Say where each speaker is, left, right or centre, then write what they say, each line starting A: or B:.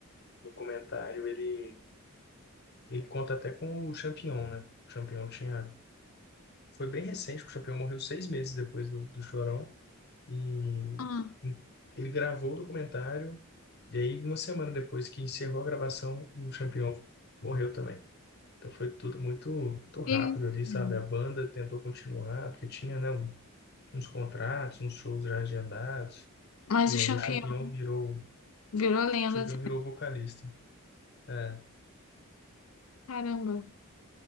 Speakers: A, on the left; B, on the left.
A: documentário ele, ele conta até com o Champion, né? O Champion tinha. Foi bem recente, que o Champion morreu seis meses depois do, do Chorão. E
B: Ah,
A: ele gravou o documentário. E aí, uma semana depois que encerrou a gravação, o Champion morreu também. Então foi tudo muito, muito rápido
B: que isso,
A: ali, sabe?
B: menina?
A: A banda tentou continuar, porque tinha, né, um, uns contratos, uns shows já agendados,
B: Mas
A: e
B: o champignon
A: aí o Champignon virou,
B: virou
A: o
B: lenda
A: Champignon
B: também.
A: virou vocalista. É,
B: Caramba, não